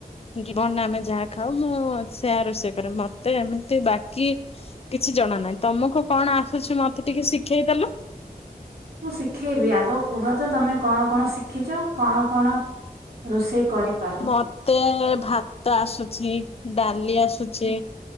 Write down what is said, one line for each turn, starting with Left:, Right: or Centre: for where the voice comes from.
Left: ଜୀବନରେ ଆମେ ଯାହା ଖାଉ। ମୁଁ ସେୟା ରୋଷେଇ କରେ ମତେ ଏମିତି ବାକି କିଛି ଜଣ ନାହିଁ? ତମକୁ କଣ ଆସୁଛି? ମତେ ଟ ଟିକେ ଶିଖେଇଦେଲ।
Right: ମୁଁ ଶିଖେଇବି, ଆଗ କୁହ ତ ତମେ କଣ କଣ ଶିଖିଛ? କଣ କଣ ରୋଷେଇ କରିପାର?
Left: ମତେ ଭାତ ଆସୁଛି, ଡା ଲି ଆସୁଛି,
Right: ହୁଁ